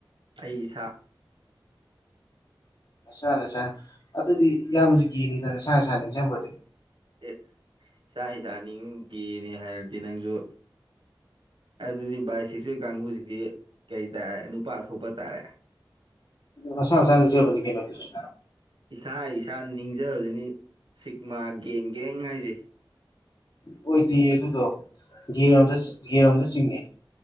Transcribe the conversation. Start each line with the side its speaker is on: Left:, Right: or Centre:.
Right: ꯑꯩ ꯏꯁꯥ
Left: ꯅꯁꯥ ꯅꯁꯥ ꯑꯗꯨꯗꯤ ꯏꯌꯥꯝꯕꯁꯨ ꯒꯦꯅꯤꯗ ꯅꯁꯥꯅ ꯅꯁꯥ ꯅꯤꯡꯖꯕꯗꯤ
Right: ꯑꯦ ꯏꯁꯥ ꯏꯁꯥ ꯅꯤꯡ ꯒꯦꯅꯦ ꯍꯥꯏꯔꯗꯤ ꯅꯪꯖꯨ ꯑꯗꯨꯗꯤ ꯕꯥꯏ ꯁꯦꯛꯁꯨꯑꯦꯜ ꯀꯥꯡꯕꯨꯁꯤꯗꯤ ꯀꯩ ꯇꯔꯦ ꯅꯨꯄꯥ ꯊꯣꯛꯄ ꯇꯥꯔꯦ
Left: ꯃꯁꯥꯅ ꯃꯁꯥ ꯅꯤꯡꯖꯥꯕꯅꯤ ꯀꯩꯅꯣ ꯑꯗꯨꯁꯨ
Right: ꯏꯁꯥ ꯏꯁꯥ ꯅꯤꯡꯖꯕꯗꯨꯅꯤ ꯁꯤꯛꯃꯥ ꯒꯦꯡ ꯒꯦꯡ ꯍꯥꯏꯁꯦ
Left: ꯑꯣꯏꯗꯦꯌꯦ ꯑꯗꯨꯗꯣ ꯒꯦꯔꯣꯝꯗ ꯒꯦꯔꯣꯝꯗ ꯆꯤꯡꯉꯦ